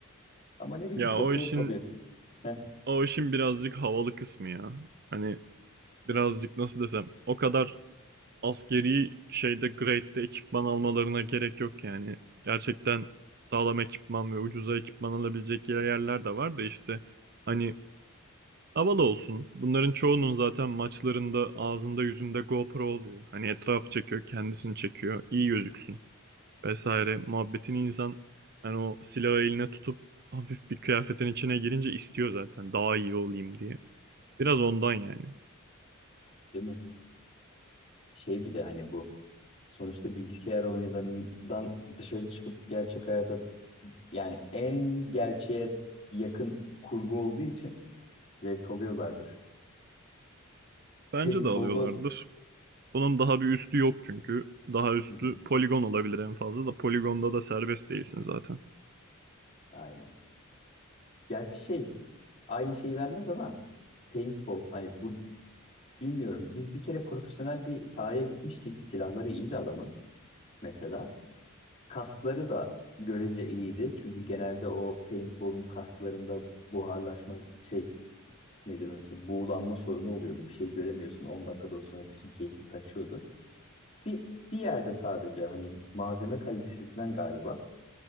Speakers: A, on the left; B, on the right.
A: Ama ne bileyim
B: Ya
A: çok
B: o
A: zevk
B: işin
A: alıyor. Heh,
B: o işin birazcık havalı kısmı ya. Hani birazcık nasıl desem o kadar askeri şeyde grade'de ekipman almalarına gerek yok yani. Gerçekten sağlam ekipman ve ucuza ekipman alabilecek yerler de var da işte hani Havalı olsun. Bunların çoğunun zaten maçlarında ağzında yüzünde GoPro oluyor. Hani etrafı çekiyor, kendisini çekiyor, iyi gözüksün vesaire. Muhabbetini insan hani o silahı eline tutup hafif bir kıyafetin içine girince istiyor zaten daha iyi olayım diye. Biraz ondan yani.
A: değil mi? Şey bir de hani bu Sonuçta bilgisayar oyunlarından dışarı çıkıp gerçek hayata yani en gerçeğe yakın kurgu olduğu için zevk alıyorlardır.
B: Bence
A: Paintball'da
B: de alıyorlardır. Bunun daha bir üstü yok çünkü. Daha üstü
A: Hmm,
B: poligon olabilir en fazla da poligonda da serbest değilsin zaten.
A: aynen. Gerçi şey aynı şeyi vermez ama paintball hani bu bilmiyorum. Biz bir kere profesyonel bir sahaya gitmiştik. Silahları iyiydi adamın mesela. Kaskları da görece iyiydi. Çünkü genelde o paintball'un kasklarında buharlaşma şey nedir orası? Buğulanma sorunu oluyordu. Bir şey göremiyorsun. 10 dakikadan sonra bütün keyfin kaçıyordu. Bir, bir yerde sadece hani malzeme kalitesinden galiba